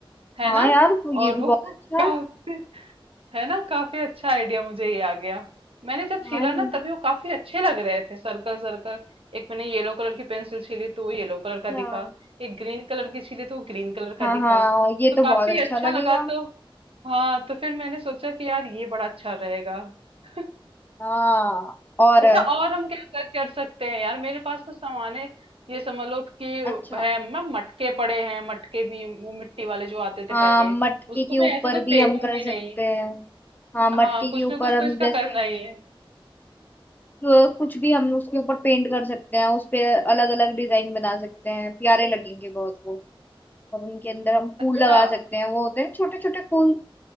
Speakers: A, on the right; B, on the left.
A: है
B: हाँ
A: ना
B: यार वो ये
A: और
B: भी
A: वो
B: बहुत
A: <laughs>
B: अच्छा
A: काफी
B: है
A: है ना काफी अच्छा आइडिया मुझे ये आ गया मैंने जब छीला
B: हाँ ये-
A: ना तभी वो काफी अच्छे लग रहे थे सर्कल सर्कल एक मैंने येलो कलर की पेंसिल छीली तो वो येलो कलर
B: अच्छा
A: का दिखा एक ग्रीन कलर की छीली तो वो ग्रीन कलर
B: हाँ
A: का दिखा
B: हाँ ये
A: तो
B: तो
A: काफी
B: बहुत अच्छा
A: अच्छा
B: लगेगा
A: लगा तो हाँ तो फिर मैंने सोचा कि यार ये बड़ा अच्छा रहेगा <laughs>
B: हाँ और
A: अच्छा और हम क्या कर, कर सकते हैं यार मेरे पास तो सामान है ये समझ लो कि
B: अच्छा
A: है मैं मटके पड़े हैं मटके भी वो मिट्टी वाले जो आते
B: हाँ
A: थे पहले
B: मटके
A: उसको
B: के ऊपर
A: मैं ऐसे तो
B: भी
A: फेंकूंगी
B: हम कर सकते
A: नहीं
B: हैं हाँ मटके
A: हाँ कुछ
B: के ऊपर
A: ना कुछ
B: हम
A: तो इसका
B: जैसे
A: करना ही है
B: जो कुछ भी हम उसके ऊपर पेंट कर सकते हैं उस पे अलग अलग डिजाइन बना सकते हैं प्यारे लगेंगे बहुत वो और उनके अंदर हम
A: अच्छा
B: फूल लगा सकते हैं वो होते हैं छोटे छोटे फूल